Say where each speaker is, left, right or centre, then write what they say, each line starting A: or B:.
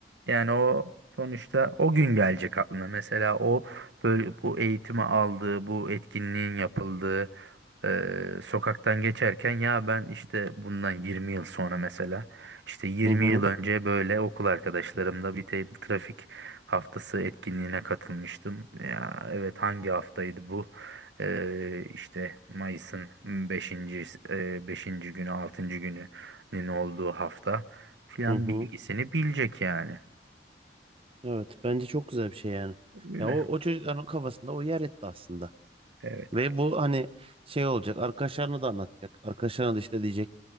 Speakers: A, on the right; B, on the right.
A: Yani o sonuçta o gün gelecek aklına. Mesela o böyle bu eğitimi aldığı, bu etkinliğin yapıldığı eee, sokaktan geçerken ya ben işte bundan 20 yıl sonra mesela işte 20
B: Hı hı.
A: yıl önce böyle okul arkadaşlarımla bir te- trafik haftası etkinliğine katılmıştım. Ya evet hangi haftaydı bu? Eee, işte Mayıs'ın beşinci beşinci günü, 6. gününün olduğu hafta filan
B: Hı hı.
A: bilgisini bilecek yani.
B: Evet. Bence çok güzel bir şey yani.
A: Öyle.
B: Ya o, o çocukların kafasında o yer etti aslında.
A: Evet.
B: Ve bu hani şey olacak arkadaşlarına da anlatacak. Arkadaşlarına da işte diyecek